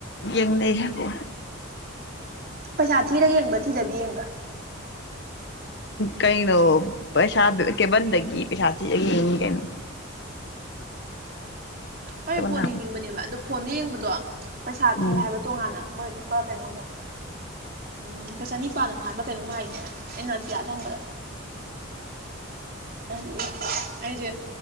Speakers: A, on the left; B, on the right.
A: ꯌꯦꯡꯅꯩ ꯍꯥꯏꯀꯣ
B: ꯄꯩꯁꯥ ꯊꯤꯔꯒ ꯌꯦꯡꯕ꯭ꯔꯥ ꯊꯤꯗꯕꯤ ꯌꯦꯡꯕ꯭ꯔꯥ
A: ꯀꯩꯅꯣ ꯄꯩꯁꯥ ꯀ ꯄꯩꯁꯥ ꯀꯅ
B: ꯑꯩꯣꯏ ꯕꯣꯟ
A: ꯊꯥꯕꯩ
B: ꯌꯦꯡꯅꯤꯡꯕꯅꯦꯕ ꯑꯗꯣ ꯐꯣꯟꯗ ꯌꯦꯡꯕꯗꯣ ꯄꯩꯁꯥ ꯊꯤ
A: ꯎꯝ
B: ꯍꯥꯏꯕ ꯇꯣꯉꯥꯟꯅ ꯣꯏ ꯏꯄꯥ ꯀꯩꯅꯣꯃꯣ ꯎꯝ ꯂꯨꯄꯥ ꯆꯅꯤꯄꯥꯥꯟ ꯑꯃꯨꯛ ꯍꯥꯏꯕ ꯀꯩꯅꯣꯝꯃꯛ ꯍꯥꯏꯅꯦ ꯏꯟꯅꯄꯤꯌꯥ ꯌꯥꯗꯕ ꯑꯗꯨꯒꯤ ꯑꯩꯁꯦ